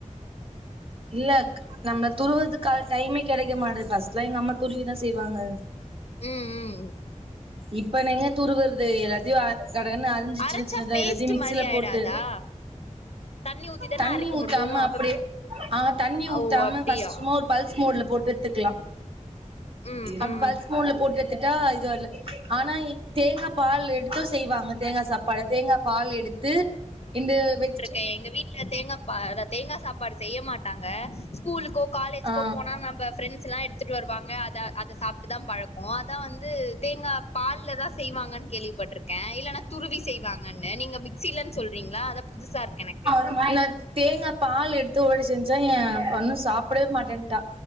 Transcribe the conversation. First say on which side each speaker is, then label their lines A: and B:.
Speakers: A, on the right (about 45°); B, on the left (about 55°).
A: இல்லக் நம்ம துருவுறதுக்கான டைமே கெடக்க மாட்டுது ஃபர்ஸ்ட்லா எங்க அம்மா துருவிதா செய்வாங்க
B: ம் ம் ம்
A: இப்ப நா எங்க துருவுறது எல்லாத்தையு அ கடகனு அரிஞ்சு
B: அரச்சா
A: சின்ன சின்னதா
B: பேஸ்ட்
A: எல்லாத்தயு மிக்சில
B: மாரி ஆயிடாதா
A: போட்டு
B: தண்ணி ஊத்தி தான
A: தண்ணி
B: அரைக்க
A: ஊத்தாம
B: முடியு
A: அப்பிடி
B: அப்ப
A: ஆ தண்ணி ஊத்தாம
B: ஓ அப்டியா
A: ஃபஸ்ட்டு சும்மா ஒரு பல்ஸ் மோட்ல போட்டு எட்த்துக்கலா
B: ம்
A: அப்
B: ம்
A: பல்ஸ் மோட்ல போட்டு எட்த்துட்டா இது வரல ஆனா தேங்காப்பால் எடுத்து செய்வாங்க தேங்கா சாப் பாட தேங்காப்பால் எடுத்து இந்த வெச்
B: தே எங்க வீட்ல தேங்காப்பா தேங்கா சாப்பாடு செய்ய மாட்டாங்க ஸ்கூலுக்கோ காலேஜ்க்கோ
A: ஆ
B: போனா நம்ப ஃப்ரெண்ட்ஸ்ல்லா எடுத்துட்டு வருவாங்க அத அத சாப்ட்டு தா பழக்கோ அதா வந்து தேங்கா பால்ல தா செய்வாங்கன் கேள்விப்பட்ருக்கே இல்லன்னா துருவி செய்வாங்கன்னு நீங்க மிக்ஸிலன் சொல் றீங்ளா அதா புதுசாருக்கு எனக்கு
A: <unintelligible> தேங்காப்பால் எடுத்து ஒரு வாட்டி செஞ்சே எ பொண்ணு சாப்டவே மாட்டேன்ட்டா